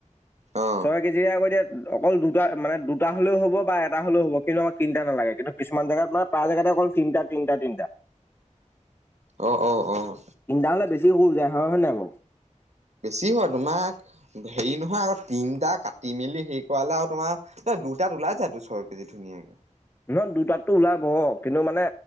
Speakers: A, on the right; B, on the left.
A: অ
B: সৈ কেজিয়াই আকৌ এতিয়া অকল দুটা মানে দুটা হলেও হ'ব বা এটা হলেও হ'ব কিন্তু আমাক তিনটা নালাগে কিন্তু কিছুমান জেগাত মানে প্ৰায় জেগাটা অকল তিনটা, তিনিটা, তিনিটা।
A: অ', অ', অ'।
B: তিনিটা হ'লে বেছি স যায় হয়-হয় নোই বৌ
A: বেছি হয় তোমাক, হেৰি নহয় আৰু তিনটা কাটি মেলি হেৰি কৰালে আৰু তোমাৰ দুটাত ওলাই জাইটো চৰ্বি ধুনীয়াকৈ।
B: খন দুটাতো ওলাব কিন্তু মানে